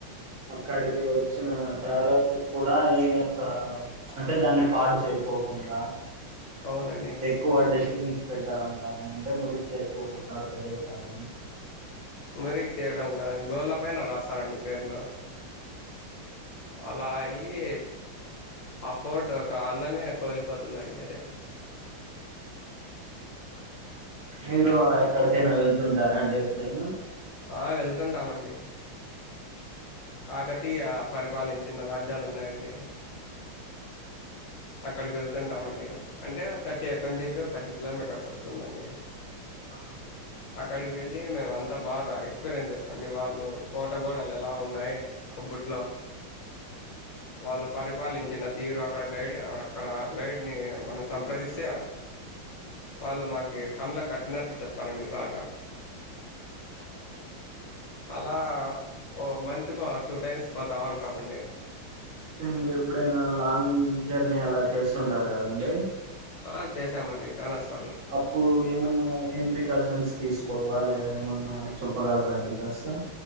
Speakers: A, on the right; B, on the left.
A: అక్కడికి వచ్చిన ట్రావెలర్స్ కు కూడా ఏమి అక్కడ అంటే దాన్ని పాడు చేయకోకుండా
B: అవునండి
A: ఎక్కువ డెస్టిబిన్స్ పెట్టడం గానీ అంటే మురి చేయకోకుండా ప్రదేశాన్ని
B: మురికి చేయడం కాదం గోడ్ల పైన రాస్తారండి పేర్లు అలా అయ్యి అ ఫోర్ట్ ఒక అందమే కోలిపోతుందండి అది
A: మీరూ అలా ఎక్కడికైనా వెళ్తుంటారా అండి ఎప్పుడైనా
B: ఆ వెళ్తుంటామండి కాకతీయ పరిపాలించిన రాజ్యాలు ఉన్నాయండి అక్కడికెళ్తుంటామండి అంటే thirty twenty to thirty kilometres వస్తుందండి
A: ఆ
B: అక్కడికి వెళ్ళి మేము అంతా బాగా ఎక్స్పీరియన్స్ చేస్తాండి వాళ్ళు కోట గోడలు ఎలా ఉన్నాయి అబ్బుట్లో వాళ్ళు పరిపాలించిన తీరు అక్కడ గైడి ఆడ అక్కడ గైడ్ ని మనం సంప్రదిస్తే వాళ్ళు మా ఈ కన్లకు కట్టినట్టు చెప్ తారండి బాగా అలా ఓ మంత్ కో టూ టైమ్స్ పోతా ఉంటామండి
A: టే మీరు ఎప్పుడైనా లాంగ్ జర్నీ అలా చేస్తుంటారు కదండి
B: ఆ చేశాం అండి చానాస్
A: అప్పుడు ఏమన్నా ఏం ప్రికాషన్స్ తీసుకోవల్లా లేదా ఏమన్నా చొప్పగలరా అండి కాస్త